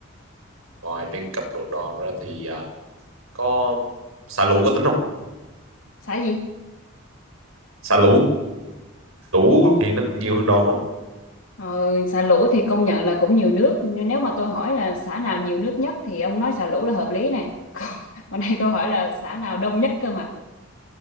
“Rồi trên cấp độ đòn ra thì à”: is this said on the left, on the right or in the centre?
Right